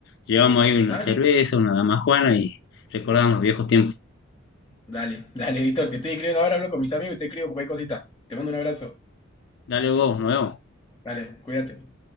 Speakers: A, on the left; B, on the left.
A: llevamos ahí una
B: dale,
A: cerveza, una damajuana y recordamos los viejos tiempos.
B: dale, dale, Víctor, te estoy escribiendo ahora, hablo con mis amigos y te escribo cualquier cosita. Te mando un abrazo.
A: Dale vos, nos vemos.
B: Dale, cuídate.